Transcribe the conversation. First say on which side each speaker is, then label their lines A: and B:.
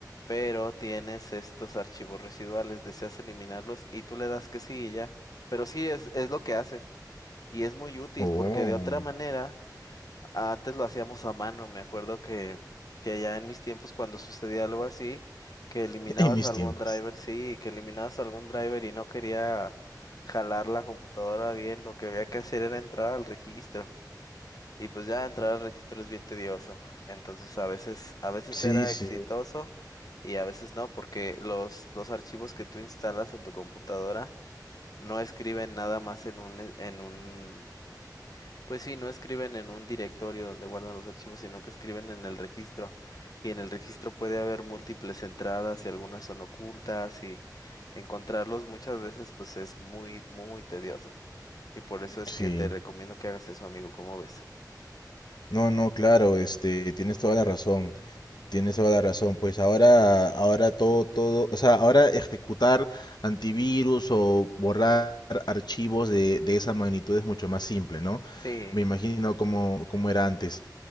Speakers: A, on the left; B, on the left.
A: Pero tienes estos archivos residuales, deseas eliminarlos y tú le das que sí y ya. Pero sí, es, es lo que hace. Y es muy útil
B: Oh.
A: porque de otra manera, antes lo hacíamos a mano. Me acuerdo que, que ya en mis tiempos cuando sucedía algo así, que eliminabas
B: En mis
A: algún
B: tiempos.
A: driver, sí, que eliminabas algún driver y no quería jalar la computadora bien, lo que había que hacer era entrar al registro. Y pues ya entrar al registro es bien tedioso. Entonces a veces, a veces
B: Sí,
A: era
B: sí,
A: exitoso y a veces no, porque los, los archivos que tú instalas en tu computadora no escriben nada más en un, en un pues sí, no escriben en un directorio donde guardan los archivos, sino que escriben en el registro. Y en el registro puede haber múltiples entradas y algunas son ocultas y encontrarlos muchas veces pues es muy, muy tedioso. Y por eso es
B: sí.
A: que te recomiendo que hagas eso, amigo, ¿cómo ves?
B: No, no, claro, este, tienes toda la razón. Tienes toda la razón, pues ahora, ahora todo, todo, o sea, ahora ejecutar antivirus o borrar archivos de, de esa magnitud es mucho más simple, ¿no?
A: Sí.
B: Me imagino cómo, cómo era antes.